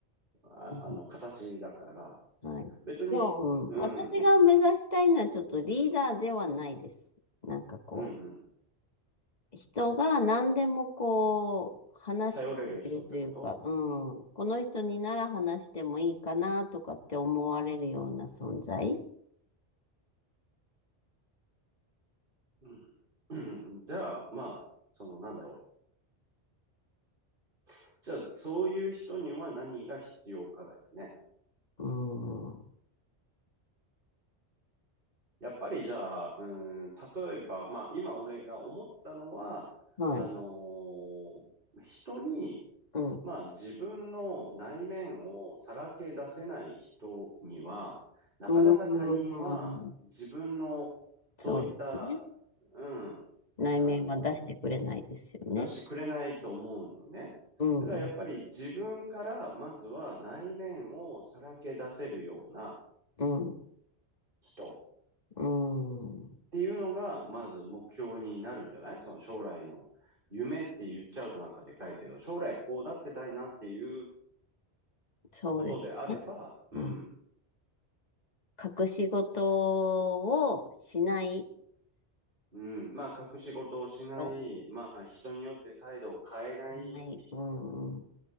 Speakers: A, on the right; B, on the left.
A: あ、
B: うん。
A: あの、形だから。
B: はい。
A: 別に、
B: でも、うん、
A: うん、
B: 私が目指したいのはちょっとリーダーではないです。
A: うん、
B: なんかこう。
A: うん。
B: 人が何でもこう、話してくれるというか、
A: 頼れる人ってこと
B: うん。この人になら話してもいいかなとかって思われるような存在。
A: うん。<clears throat> じゃあ、まあ、その、なんだろう。じゃあ、そういう人には何が必要かだよね。
B: うん。
A: やっぱりじゃあ、うん、例えば、まあ、今俺が思ったのは、
B: はい。
A: あのー人に
B: うん。
A: まあ自分の内面をさらけ出せない人には、なかなか他人は自分のそういった、
B: うん。そうですね。
A: うん、
B: 内面は出してくれないですよね。
A: あの、出してくれないと思うのね。
B: うん。
A: だからやっぱり自分からまずは内面をさらけ出せるような
B: うん。う
A: 人
B: ん。うん
A: っていうのがまず目標になるんじゃないその将来の夢って言っちゃうとなんかでかいけど、将来こうなってたいなっていう
B: そうですね。
A: ことであれば、うん、
B: うん。隠し事をしない
A: うん。まあ、隠し事をしない。
B: と。
A: まあ、人によって態度を変えない。
B: ない。うん。うん。